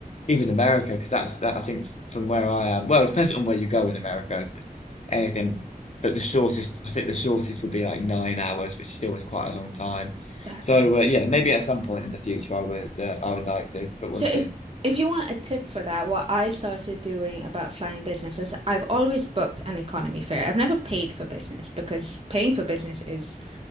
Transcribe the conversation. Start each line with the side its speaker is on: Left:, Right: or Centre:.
Left: even America, because that's that. I think from where I am. Well, it depends on where you go in America. it's Anything, but the shortest. I think the shortest would be like nine hours, which still is quite a long time.
Right: That
Left: So
Right: is.
Left: uh, yeah, maybe at some point in the future, I would uh, I would like to, but
Right: So
Left: we'll see.
Right: if if you want a tip for that, what I started doing about flying business is I've always booked an economy fare. I've never paid for business because paying for business is,